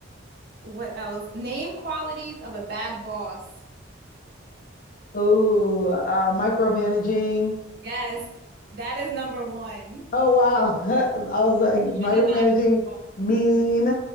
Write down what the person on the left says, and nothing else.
<laughs> Ooh, uh micromanaging.
Oh wow. <laughs> I was like
micromanaging
mean.